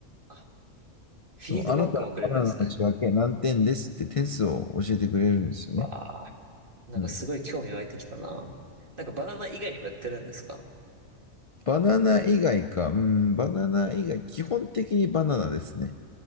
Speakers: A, on the right; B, on the left.
A: あ、フィードバックもくれるんですね。
B: そう、あなた、バナナの仕分け何点ですって点数を教えてくれるんですよね。
A: うわあ、なんかすごい興味湧いてきたな。
B: うん。
A: なんかバナナ以外にもやってるんですか
B: バナナ以外か、うん、バナナ以外、基本的にバナナですね。